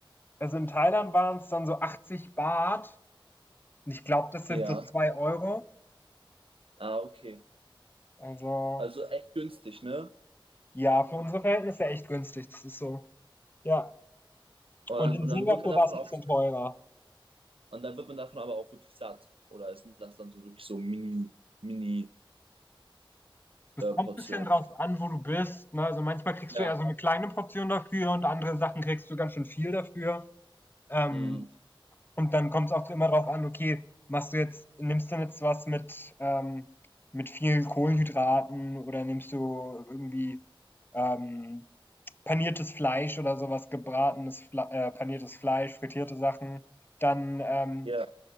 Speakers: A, on the left; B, on the right.
A: also in Thailand waren es dann so 80 Baht. Und ich glaube, das sind
B: Ja.
A: so 2 Euro.
B: Ah, okay.
A: Also
B: Also echt günstig, ne?
A: ja, für unsere Verhältnisse echt günstig. Das ist so. Ja.
B: Und
A: Und
B: dann,
A: in
B: und
A: Singapur
B: dann wird man davon
A: war es ein
B: auch,
A: bisschen teurer.
B: und dann wird man davon aber auch wirklich satt. Oder ist das dann so wirklich so Mini, Mini,
A: Es
B: äh,
A: kommt
B: Portionen?
A: ein bisschen drauf an, wo du bist. Ne? Also manchmal kriegst
B: Ja.
A: du eher so eine kleine Portion dafür und andere Sachen kriegst du ganz schön viel dafür. Ähm,
B: Hm.
A: Und dann kommt es auch immer darauf an, okay, machst du jetzt nimmst du jetzt was mit, ähm, mit viel Kohlenhydraten oder nimmst du irgendwie, ähm, paniertes Fleisch oder sowas gebratenes Fle äh, paniertes Fleisch, frittierte Sachen, dann, ähm,
B: Ja.